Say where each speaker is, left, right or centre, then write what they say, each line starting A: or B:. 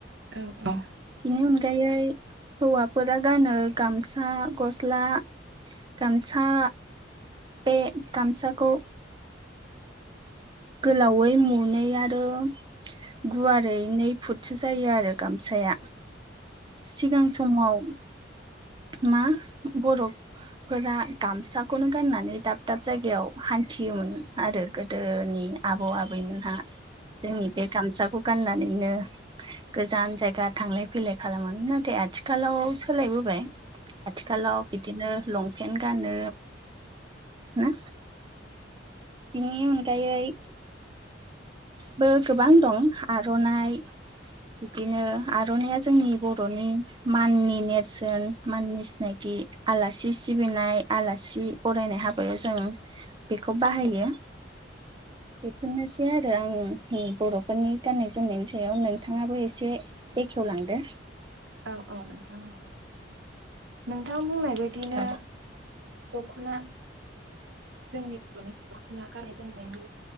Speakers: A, on the right; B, on the right.
A: औ औ
B: बेनि अनगायै हौवाफोरा गानो गामसा गस्ला गामसा बे गामसाखौ गोलावै मुनै आरो गुवारै नै फुटसो जायो आरो गामसाया सिगां समाव मा बर' फोरा गामसाखौनो गाननानै दाब दाब जायगायाव हान्थियोमोन आरो गोदोनि आबौ आबैमोनहा जोंनि बे गामसाखौ गाननानैनो गोजान जायगा थांलाय फैलाय खालामोमोन नाथाय आ आथिखालाव सोलायबोबाय आथिखालाव बिदिनो लंपेन्ट गानो ना बेनि अनगायै बो गोबां दं आर'नाइ बिदिनो आरनाइया जोंनि बर'नि माननि नेरसोन माननि सिनाखि आलासि सिबिनाय आलासि फरायनाय हाबायाव जों बेखौ बाहायो। बेफोरनोसै आरो आं बर'फोरनि गाननाय जोमनायनि सायाव नोंथाङाबो एसे बेखेवलांदो
A: औ औ नोंथाङा नोंथां बुंनाय बायदिनो
B: औ
A: दख'ना जोंनि बर'नि दख'ना गाननाय जोमनायनि